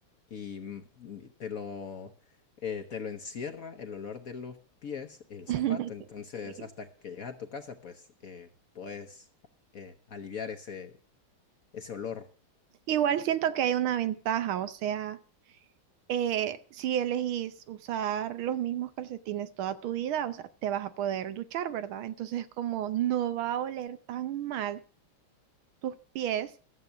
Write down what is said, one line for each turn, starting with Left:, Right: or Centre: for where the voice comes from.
Left: Y mm, y te lo, eh, te lo encierra el olor de los pies, el
Right: <laughs>
Left: zapato. Entonces,
Right: Sí.
Left: hasta que llegas a tu casa, pues eh, puedes eh, aliviar ese, ese olor.
Right: Igual siento que hay una ventaja, o sea, eh, si elegís usar los mismos calcetines toda tu vida, o sea, te vas a poder duchar, ¿verdad? Entonces como no va a oler tan mal tus pies